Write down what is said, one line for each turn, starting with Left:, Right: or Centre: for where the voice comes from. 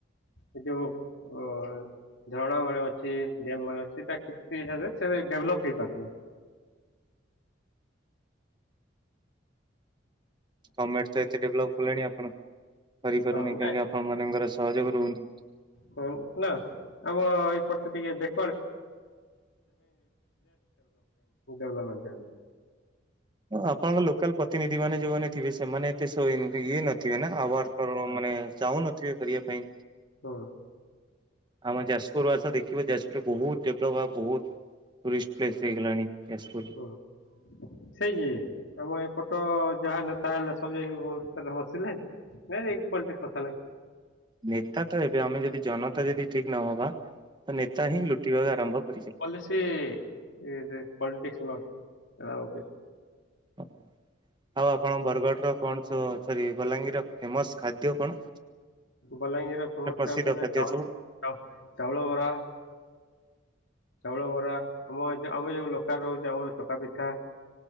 Left: ଏ ଯୋଉ ଓଅ ଝରଣା ମାନେ ଅଛି ଗେମ୍ ମାନେ ଅଛି ସେଇଟା କିରେ ସେ ଡେଭଲପ୍ ହେଇପାରୁନି।
Right: ଗଣମେଣ୍ଟ ଏତେ ଡେଭଲପ୍ କଲେଣି ଆପଣ କରିପାରୁନି
Left: ହଁ ନାଇଁ
Right: କାହିଁକି ଆପଣ ମାନଙ୍କର ସହଯୋଗ ରହୁନି।
Left: ହ ନା ଆମ ଏପଟେ ଟିକେ <unintelligible> <unintelligible>
Right: ଆପଣଙ୍କ ଲୋକାଲ ପ୍ରତିନିଧି ମାନେ ଯୋଉମାନେ ଥିବେ ସେମାନେ ଏତେ ଶୋଇ ଇଏ ନଥିବେନା ଆୱାର
Left: ହୁଁ
Right: ମାନେ ଚାହୁଁନଥିବେ କରିବା ପାଇଁ
Left: ହୁଁ।
Right: ଆମ ଯାଜପୁରରୁ ଆସ ଦେଖିବ ଯାଜପୁରରେ ବହୁତ ଡେଭଲପ ହବ ବହୁତ। ଟୁୁରରିଷ୍ଟ ପ୍ଲେସ ହେଇଗଲାଣି <unintelligible>
Left: <unintelligible> ସେଇଯେ ଆମ ଏପଟ ଯାହା ନେତା ହେଲେ ସବୁଭୁବନେଶ୍ୱର ଯାଇକି। ନାଇଁ ପଲଟିକ୍ସ କଥା ନାହିଁ।
Right: ନେତା ତ ଏବେ ଆମେ ଯଦି ଜନତା ଯଦି ଠିକ ନହେବା ନେତାହିଁ ଲୁଟିବାକୁ ଆରମ୍ଭ କରିଚେ।
Left: କହିଲେ ସେ ଏଇଯେ ପଲିଟିିକସ <unintelligible>
Right: ହଉ ଆଉ ଆପ କଣ ବରଗଡ଼ର କଣ ସବୁ ସରି ବଲାଙ୍ଗୀର ଫେମସ ଖାଦ୍ୟ କଣ?
Left: ବଲାଙ୍ଗୀରର ଫେମସ
Right: ପ୍ରସିଦ୍ଧ
Left: ଖାଦ୍ୟ ଚାଉଳ
Right: ସବୁ
Left: ଚାଉଳ ଚାଉଳବରା। ଚାଉଳ ବରା ଆମ ଯୋଉ ଆମ ଯୋଉ ଲୋକାଲ ରହୁଛି ଆମର ଚକା ପିଠା।